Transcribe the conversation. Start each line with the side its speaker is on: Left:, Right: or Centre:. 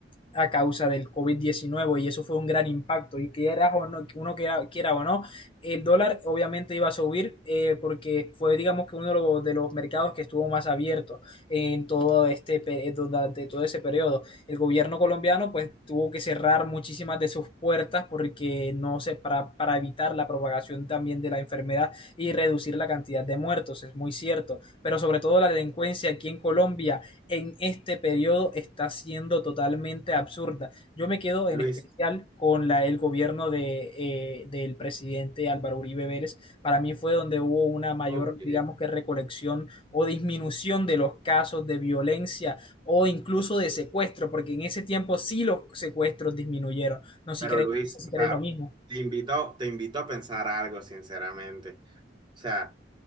Left: a causa del covid diecinueve y eso fue un gran impacto y quiera o no, uno quiera, quiera o no, el dólar obviamente iba a subir eh, porque fue digamos que uno de los, de los, mercados que estuvo más abierto en todo este durante todo ese periodo. El gobierno colombiano pues tuvo que cerrar muchísimas de sus puertas porque no se para, para evitar la propagación también de la enfermedad y reducir la cantidad de muertos, es muy cierto, pero sobre todo la delincuencia aquí en Colombia en este periodo está siendo totalmente absurda. Yo me quedo
Right: Luis,
Left: en especial con la, el gobierno de, eh, del presidente Álvaro Uribe Vélez. Para mí fue donde hubo una mayor,
Right: Ok.
Left: digamos que recolección o disminución de los casos de violencia o incluso de secuestro, porque en ese tiempo sí los secuestros disminuyeron. No, sé
Right: pero
Left: si crees,
Right: Luis,
Left: no sé si
Right: o
Left: crees
Right: sea,
Left: lo mismo.
Right: te invito, te invito a pensar algo, sinceramente. O sea,